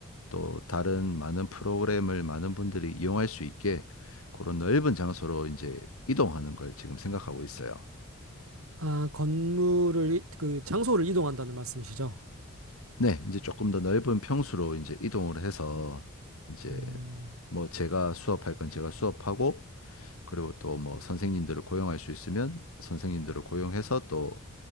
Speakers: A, on the left; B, on the right.
A: 또 다른 많은 프로그램을 많은 분들이 이용할 수 있게 그런 넓은 장소로 이제 이동하는 걸 지금 생각하고 있어요.
B: 아, 건물을, 이- 그 장소를 이동한다는 말씀이시죠?
A: 네, 이제 조금 더 넓은 평수로 이제 이동을 해서 이제
B: 음,
A: 뭐 제가 수업할 건 제가 수업하고 그리고 또 뭐 선생님들을 고용할 수 있으면 선생님들을 고용해서 또